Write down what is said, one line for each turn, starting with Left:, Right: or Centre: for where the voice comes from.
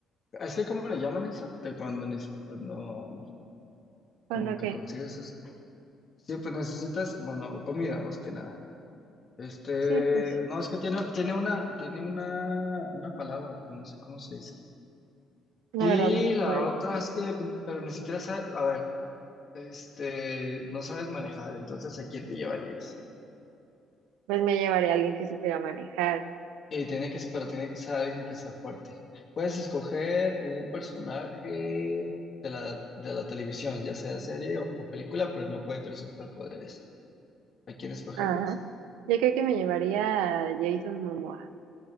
Left: ¿es que cómo le llaman eso? De cuando, neces- cuando,
Right: Con
Left: como
Right: lo
Left: que
Right: que,
Left: consigues eso. Sí, pues necesitas, bueno, comida más que nada. Este,
Right: sí, pues
Left: no, es que tiene, tiene una, tiene una, una palabra, pero no sé cómo se dice.
Right: la
Left: Y
Right: verdad no me acuerdo.
Left: la otra es que, pero ni siquiera sabe, a ver, Este, no sabes manejar, entonces ¿a quién te llevarías?
Right: Pues me llevaría a alguien que supiera manejar.
Left: Y tiene que, pero tiene que ser alguien que sea fuerte. Puedes escoger un personaje de la, de la televisión, ya sea serie o, o película, pero no puede tener superpoderes. ¿A quién escogerías?
Right: Ajá. Yo creo que me llevaría a Jason Momoa.